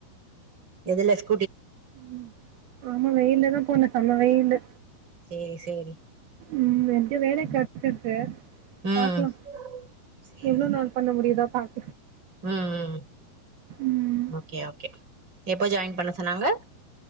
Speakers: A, on the right; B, on the right.
A: எதுல ஸ்
B: ம் ஆமா வெயில தான் போனே செம வெயிலு
A: சேரி சேரி
B: ம் ரெண்டு வேலை கிடைச்சிற்கு
A: ம்
B: பாக்கலா
A: சேரி
B: எவ்ளோ
A: சேரி
B: நாள் பண்ண முடியுதா பாக்
A: ம் ம்
B: ம்
A: ஓகே ஓகே எப்போ ஜாயின் பண்ண சொன்னாங்க